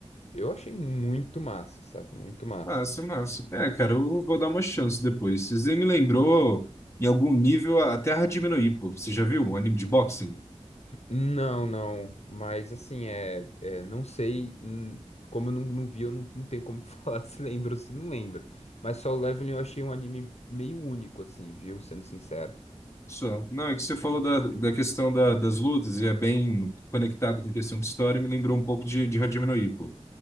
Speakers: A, on the left (about 70°); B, on the left (about 25°).
A: Eu achei muito massa, sabe? Muito massa.
B: Massa, massa. É, cara, eu vou dar uma chance depois. Você me lembrou, em algum nível, a a Terra diminuir, pô. Você já viu um anime de boxing?
A: Não, não. Mas assim, é, é, não sei. hum, Como eu não, não vi, eu não, não tenho como <laughs> falar se lembra ou se não lembra. Mas Solo Leveling eu achei um anime meio único, assim, viu? Sendo sincero.
B: Só. Não, é que você falou da, da questão da- das lutas e é bem conectado com a questão de história e me lembrou um pouco de, de Hajime no Ippo.